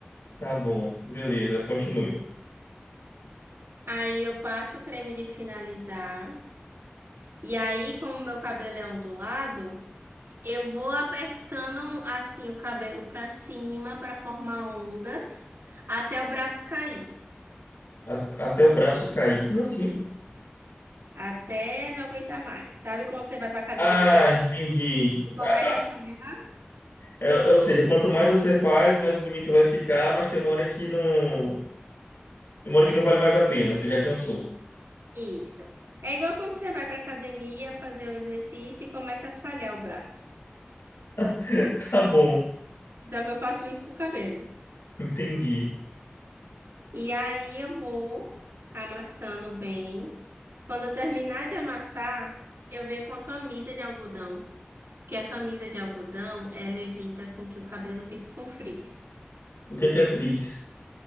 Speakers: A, on the left; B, on the right.
A: Tá bom, beleza, continue.
B: Aí eu passo o creme de finalizar. E aí, como meu cabelo é ondulado, eu vou apertando assim o cabelo pra cima pra formar ondas até o braço cair.
A: A- Até o braço cair. Como assim?
B: Até não aguentar mais. Sabe quando você vai pra academia
A: Ah,
B: e, co-
A: entendi.
B: e começa
A: Ah,
B: a falhar?
A: é- é- ou seja, quanto mais você faz, mais bonito vai ficar, mas tem uma hora que não. Tem uma hora que não vale mais a pena, você já cansou.
B: Isso. É igual quando você vai pra academia fazer o exercício e começa a falhar o braço.
A: <laughs> Tá bom,
B: Só que eu faço isso pro cabelo.
A: entendi.
B: E aí eu vou amassando bem. Quando eu terminar de amassar, eu venho com a camisa de algodão. Porque a camisa de algodão, ela evita com que o cabelo fique com frizz.
A: O que que é frizz?